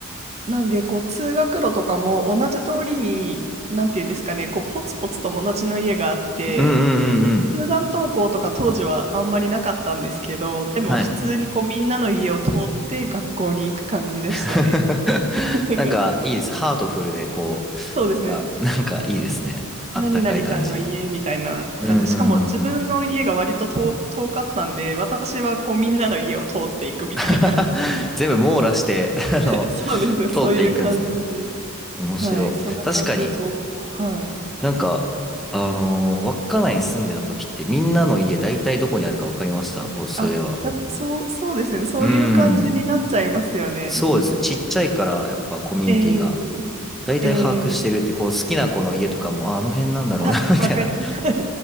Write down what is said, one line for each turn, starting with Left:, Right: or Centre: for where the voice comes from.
Right: なんで、こう、通学路とかも同じ通りに、なんていうんですかね、こう、ポツポツ友達の家があって、
Centre: うんうんうんうん。
Right: 集団登校とか当時はあんまりなかったんですけど、でも普通にこう、
Centre: はい。
Right: みんなの家を通って学校に行く感じでしたね。
Centre: <laughs>
Right: <laughs>
Centre: なんか、いいです。ハートフルで、こう、
Right: そうですね。
Centre: か、なんかいいですね。あったかい感じ。
Right: 何々ちゃんの家みたいな感じ。
Centre: うんうんうんうん。
Right: しかも自分の家が割と遠、遠かったんで、私はこうみんなの家を通っていくみたいな。
Centre: <laughs> 全部網羅して、あの、
Right: <laughs> そうですね。そういう感じで。
Centre: 通っていくんですね。面白い。
Right: はい、そんな感じで投稿。
Centre: 確かに
Right: はい。
Centre: なんか、あのー稚内に住んでた時ってみんなの家大体どこにあるか分かりました。ぼそういえば。
Right: あ、やっぱそう、そうですね。そういう感じになっちゃいますよね。
Centre: うーん。そうですね。ちっちゃいからやっぱコミュニティが
Right: え
Centre: 大体把握してるって、
Right: えええ
Centre: こう好きな子の家とかも、あ、あの辺なんだろうな、
Right: あ、
Centre: <laughs> みたいな。
Right: わかります。